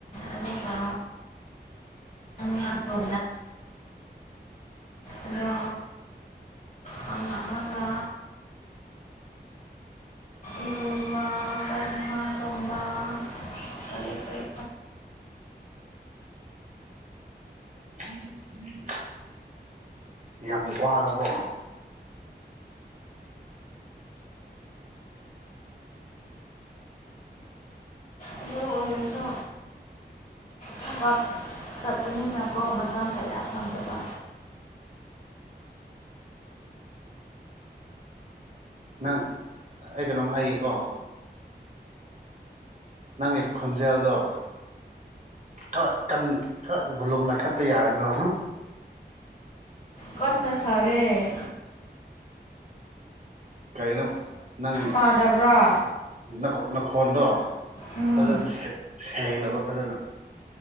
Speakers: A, on the left; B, on the right.
A: ꯑꯗꯨꯒ ꯎꯝ <unintelligible> ꯑꯗꯣ ꯍꯜꯂꯛꯑꯒ ꯏꯔꯨꯕ ꯆꯥꯛ ꯌꯦꯟꯁꯥꯡ ꯊꯣꯡꯕ ꯀꯔꯤ ꯀꯔꯤ
B: ꯎꯝ ꯎꯝ <inaudible> ꯌꯥꯝ ꯋꯥꯔꯕꯣ
A: ꯑꯗꯨ ꯑꯣꯏꯔꯁꯨ ꯊꯕꯛ ꯆꯠꯄꯅꯤꯅꯀꯣ ꯃꯇꯝ ꯀꯌꯥ ꯐꯪꯗꯕ
B: ꯅꯪ ꯑꯩ ꯀꯩꯅꯣꯝ ꯍꯥꯏꯒꯦꯀꯣ ꯅꯪꯒꯤ ꯈꯣꯟꯖꯦꯜꯗꯣ ꯈꯔ ꯕꯣꯂꯨꯝ ꯂꯩꯈꯠꯄ ꯌꯥꯒꯗ꯭ꯔꯣ
A: ꯀꯟꯅ ꯁꯥꯔꯦ
B: ꯀꯩꯅꯣ ꯅꯪ
A: ꯇꯥꯗꯕ꯭ꯔꯥ
B: ꯅꯈꯣꯟ ꯅꯈꯣꯟꯗꯣ
A: ꯎꯝ
B: ꯐꯖꯅ ꯁꯦꯡꯗꯕ ꯐꯖꯅ